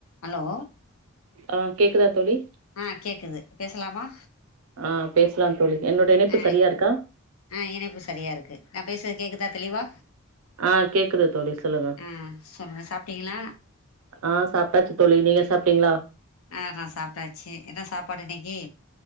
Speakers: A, on the left; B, on the right.
A: Allow
B: ஆஹ் கேக்குதா தோழி
A: ம் கேக்குது பேசலாமா
B: ஆஹ் பேசலாம் தோழிஎன்னோட இணைப்பு
A: ஆ
B: சரியா இருக்கா
A: ஆ இணைப்பு சரியா இருக்கு நா பேசுறது கேக்குதா தெளிவா
B: ஆஹ் கேக்குது தோழி சொல்லுங்க
A: ஆ சொல்லுங்க சாப்ட்டீங்களா
B: ஆஹ் சாப்பிட்டாச்சு தோழி நீங்க சாப்டீங்ளா
A: ஆஹ் நான் சாப்டாச்சு என்ன சாப்பாடு இன்னைக்கி